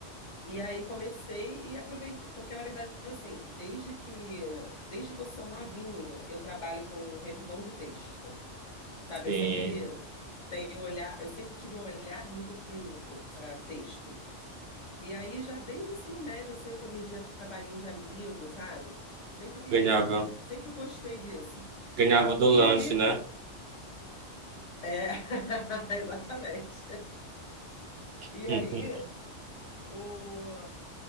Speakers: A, on the left; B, on the right.
A: E aí comecei e aproveitei, porque, na verdade, assim, desde que, desde que eu sou novinha, eu trabalho com revisão de texto. Sabe,
B: sim.
A: eu sempre tenho um olhar, eu sempre tive um olhar muito clínico para texto. E aí, já desde o ensino médio, assim, eu corrigia trabalhinho de amigo, sabe? Sempre,
B: Ganhava,
A: sempre, sempre gostei disso.
B: ganhava do
A: E
B: lanche,
A: aí,
B: né?
A: é, <laughs> exatamente.
B: <laughs>
A: E
B: Uhum.
A: aí, o,